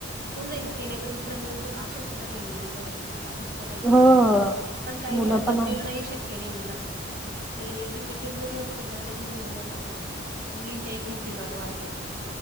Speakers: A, on the right; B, in the centre.
A: होऊ जाईल हे न तर दुसरं मिळून जाईल, अशच ा काही लेडीज आहेत अशी सुद्धा काही मुलं
B: हो.
A: आहेत, पण काही नाही
B: मुलं
A: आता
B: पण
A: मिळण
B: आहे.
A: शक क्य नाही मुलांना एज्युकेटेड जरी असतील ना, तरी नाही मिळत आता मुली मुलींच्या इ खूप डिमांड वाढलय.